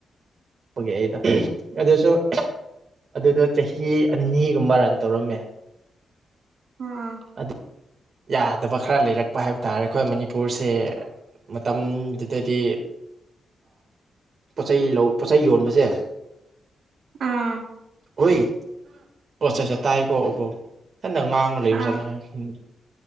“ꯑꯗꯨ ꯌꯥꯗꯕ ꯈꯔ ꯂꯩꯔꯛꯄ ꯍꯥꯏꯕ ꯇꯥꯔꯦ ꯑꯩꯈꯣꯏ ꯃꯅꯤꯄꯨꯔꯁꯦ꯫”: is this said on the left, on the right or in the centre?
Right